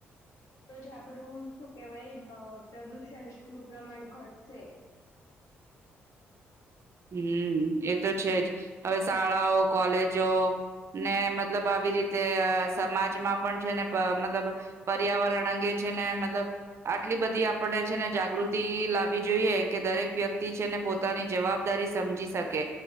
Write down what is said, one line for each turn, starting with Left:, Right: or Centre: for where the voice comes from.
Left: તો જ આપણું, સુ કેહેવાય અ પ્રદૂષણ નું પ્રમાણ ઘટસે.
Right: <inaudible> હમ્મ, એ તો છે જ, હવે સાડાઓ, કોલેજો ને મતલબ આવી રીતે સમાજમાં પણ છે ને, પ મતલબ પર્યાવરણ અંગે છે ને મતલબ આટલી બધી આપણે છે ને જાગૃતિ લાવવી જોઈએ, કે દરેક વ્યક્તિ છે ને પોતાની જવાબ દારી સમજી સકે,